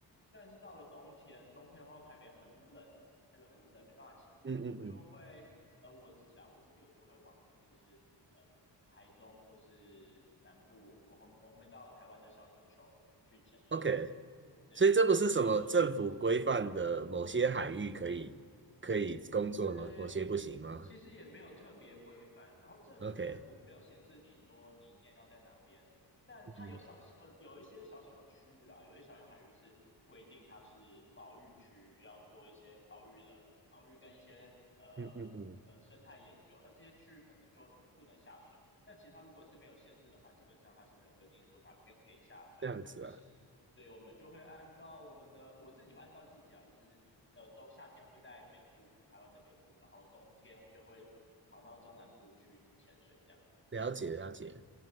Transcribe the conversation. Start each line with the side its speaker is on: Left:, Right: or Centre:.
Left: 但是到了冬天，冬天后台北很冷，台北很冷，没办法潜水，
Right: 嗯嗯嗯
Left: 我们就会呃我自己啦，我自己我就会往就是呃台中或是南部，我们我们到台湾的小琉球去潜水。
Right: ，OK，
Left: 对，
Right: 所以这不是什么政府规范的某些海域可以可以工作吗？
Left: 所以就是嗯，呃，
Right: 某些不行吗
Left: 其实也没有特别规范，然后政应该政府没有限制你说你一定要在哪边，
Right: ？OK，
Left: 但它有少呃有一些小小的区域啦，
Right: 嗯
Left: 有些小小海域是规定它是保育区，要做一些保育的保育跟一些呃那个生态研究，
Right: 嗯嗯嗯，
Left: 那这些区域可能就不能下水。但其他如果是没有限制的话，基本上它是没有规定说哪边可以下水，
Right: 这样子啊，
Left: 哪边不行。所以我们就会按照我们的，我自己会按照季节啊，就是呃冬夏天会在北部，台湾的北部，然后冬天我就会跑到中南部去潜水这样。
Right: 了解了解。